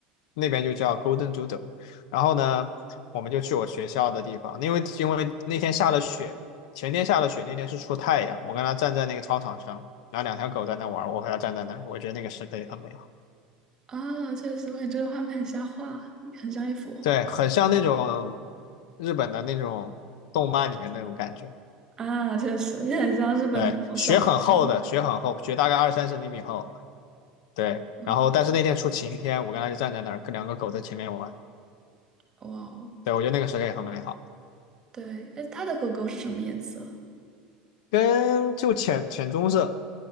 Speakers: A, on the left; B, on the right.
A: 那边就叫 Golden Doodle。然后呢，我们就去我学校的地方，因为因为那天下了雪，前天下了雪，那天是出太阳，我跟他站在那个操场上，然后两条狗在那玩，我和他站在那儿，我觉得那个时刻也很美好。
B: 啊，确实，我感觉这个画面很像画，很像一幅画
A: 对，很像那种日本的那种动漫里面那种感觉。
B: 啊，确实也很像日本那种小说。
A: 对，雪很厚的，
B: 嗯，
A: 雪很厚，雪大概二三十厘米厚。对，
B: 啊
A: 然后但是那天出晴天，我跟他就站在那儿，跟两个狗在前面玩。
B: 哇哦，
A: 对，我觉得那个时刻也很美好，
B: 对，哎，它的狗狗是什么颜色？
A: 跟就浅浅棕色。